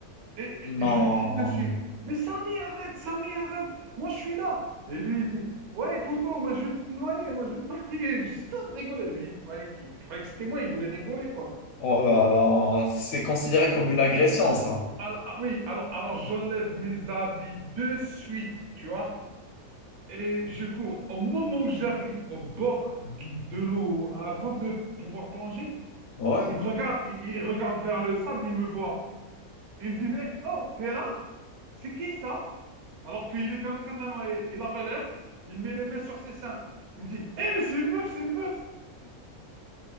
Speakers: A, on the right; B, on the left.
A: Et, et-
B: non.
A: et je lui crie dessus. Mais Samy, arrête, Samy, arrête. Moi, je suis là. Et lui, il dit, ouais, poteau, moi, je vais te noyer. Moi, je vais te noyer. <laughs> Juste en train de rigoler. Lui, il croyait, qu'il- il croyait que c'était moi. Il voulait rigoler, quoi.
B: Oh là là, c'est considéré comme une agression,
A: Je-
B: ça.
A: alors- ah oui, alors, alors j'enlève mes habits de suite, tu vois. Et je cours. Au moment où j'arrive au bord de l'eau, avant de pouvoir plonger,
B: Ouais.
A: il me regarde, il, il regarde vers le sable, il me voit. Il me dit, mais oh, t'es là? C'est qui ça? Alors qu'il était en train de la noyer. Il la relève, il met les mains sur ses seins. Il me dit, hé, mais c'est une meuf, c'est une meuf!